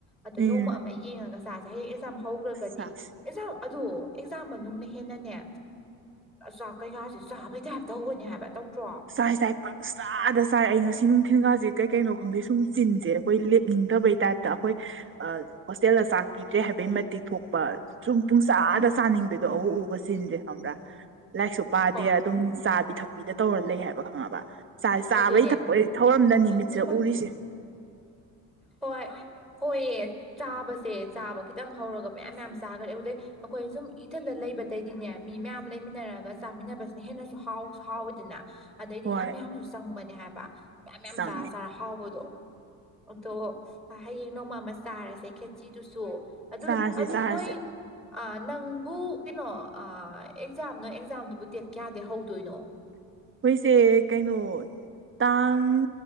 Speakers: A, in the centre; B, on the right (about 30°).
A: ꯑꯗꯣ
B: ꯎꯝ
A: ꯅꯣꯡꯃ ꯑꯃ ꯌꯦꯡꯉꯒ ꯆꯦ ꯍꯦ ꯑꯦꯖꯥꯝ ꯍꯧꯒ꯭ꯔꯒꯗꯤ
B: ꯆꯥꯁꯦ
A: ꯑꯦꯖꯥ ꯑꯗꯣ ꯑꯦꯛꯖꯥꯝ ꯃꯅꯨꯡꯅ ꯍꯦꯟꯅꯅꯦ ꯆꯥꯛ ꯀꯩꯀꯥꯁꯦ ꯆꯥꯕꯩ ꯇꯥꯏꯞꯇ ꯍꯧꯕꯅꯦ ꯍꯥꯏꯕ ꯇꯧꯗ꯭ꯔꯣ
B: ꯆꯥꯏ ꯆꯥꯏ ꯄꯥꯛ ꯆꯥꯗ ꯆꯥꯏ ꯑꯩ ꯉꯁꯤ ꯅꯨꯡꯊꯤ ꯁꯦꯟꯒꯥꯥꯁꯦ ꯀꯩ ꯀꯩꯅꯣ ꯈꯪꯗꯦ ꯁꯨꯝ ꯆꯤꯟꯁꯦ ꯑꯩꯈꯣꯏ ꯂꯦꯞꯅꯤꯡꯗꯕꯩ ꯇꯥꯏꯞꯇ ꯑꯩꯈꯣꯏ ꯍꯣꯁꯇꯦꯜꯗ ꯆꯥꯛ ꯄꯤꯗ꯭ꯔꯦ ꯍꯥꯏꯕꯩ ꯃꯇꯤꯛ ꯊꯣꯛꯄ ꯁꯨꯝ ꯄꯨꯡ ꯆꯥꯗ ꯆꯥꯅꯤꯡꯕꯗꯣ ꯑꯎ ꯎꯕ ꯆꯤꯟꯗ꯭ꯔꯦ ꯈꯪꯕ꯭ꯔꯥ ꯂꯥꯏꯔꯤꯛꯁꯨ ꯄꯥꯗꯦ
A: ꯍꯣꯏ
B: ꯑꯗꯨꯝ ꯆꯥꯕꯤ ꯊꯛꯄꯤꯗ ꯇꯧꯔ ꯂꯩ ꯍꯥꯏꯕ ꯈꯪꯉꯕ ꯆꯥꯕꯩ
A: ꯑꯗꯨꯅꯦ
B: ꯊꯄ ꯊꯧꯔꯝꯗꯅꯤ
A: ꯆꯥꯅꯤꯡꯉꯕ
B: ꯃꯤꯠꯁꯦ ꯎꯔꯤꯁꯦ
A: ꯍꯣꯏ ꯍꯣꯏꯌꯦ ꯆꯥꯕꯁꯦ ꯆꯥꯕ ꯈꯤꯇꯪ ꯍꯧꯔꯒ ꯃꯌꯥꯝ ꯃꯌꯥꯝ ꯆꯥꯈ꯭ꯔꯦ ꯑꯗꯨꯗꯩ ꯑꯩꯈꯣꯏ ꯁꯨꯝ ꯏꯊꯟꯗ ꯂꯩꯕꯗꯩꯗꯤꯅꯦ ꯃꯤ ꯃꯌꯥꯝ ꯂꯩꯃꯤꯟꯅꯔꯒ ꯆꯥꯃꯤꯟꯅꯕꯁꯤꯅ ꯍꯦꯟꯅꯁꯨ ꯍꯥꯎꯁꯨ ꯍꯥꯎꯋꯤꯗꯅ ꯑꯗꯩꯗꯤ
B: ꯍꯣꯏ
A: ꯌꯥꯝ ꯌꯥꯝꯁꯨ ꯆꯪꯕꯅꯦ ꯍꯥꯏꯕ ꯃꯌꯥꯝ ꯃꯌꯥꯝ
B: ꯆꯪꯉꯦ
A: ꯆꯥꯔ ꯆꯥꯔ ꯍꯥꯎꯕꯗꯣ ꯎ ꯑꯗꯣ ꯍꯌꯦꯡ ꯅꯣꯡꯃꯃ ꯆꯥꯔꯁꯦ ꯈꯦꯆꯤꯗꯨꯁꯨ ꯑꯗꯨ
B: ꯆꯥꯔꯁꯦ
A: ꯑꯗꯨ
B: ꯆꯥꯔꯁꯦ
A: ꯅꯣꯏꯣꯏ ꯑ ꯅꯪꯕꯨ ꯀꯩꯅꯣ ꯑꯦꯛꯖꯥꯝ ꯅ ꯑꯦꯛꯖꯥꯝꯗꯨꯕꯨ ꯗꯦꯠ ꯀꯌꯥꯗ ꯍꯧꯗꯣꯏꯅꯣ
B: ꯑꯩꯈꯣꯏꯁꯦ ꯀꯩꯅꯣ ꯇꯥꯡ